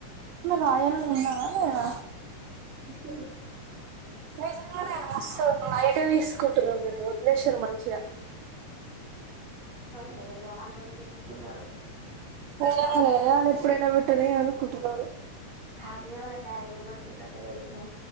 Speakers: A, on the right (about 80°); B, on the right (about 25°).
A: రాయలని ఉన్నాదా లేద
B: ముక
A: నిజంగానే మస్తుా లైట్గా తీసుకుంటుర్రు మీరు వదిలేశిల్లు మంచిగా
B: లే లే అళ్ళు వదిలేసుకున్నారు
A: ఏమో
B: హామీ
A: లే
B: వాళ్ళ
A: వాళ్ళు ఎప్పుడైనా పెట్టని అనుకుంటున్నారు
B: హ్యాపీవాళ్ళ డాడీ ఏమంటుండంట తెలుసా